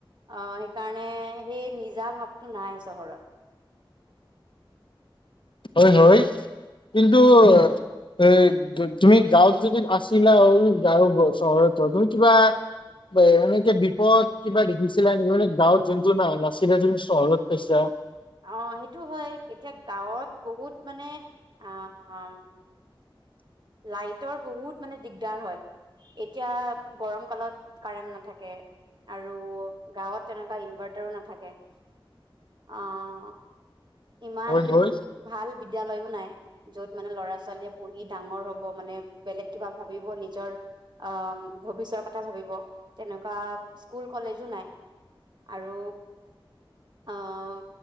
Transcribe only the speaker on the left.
হয় হয়, কিন্তু এই তুমি গাঁৱত যদি আছিলা আৰু গাঁৱত <unintelligible> চহৰত চোৱা, তুমি কিবা এ এনেকে বিপদ কিবা দেখিছিলা নেকি মানে গাঁৱত জোনটো নাছিলে তুমি চহৰত পাইছা?
হয় হয়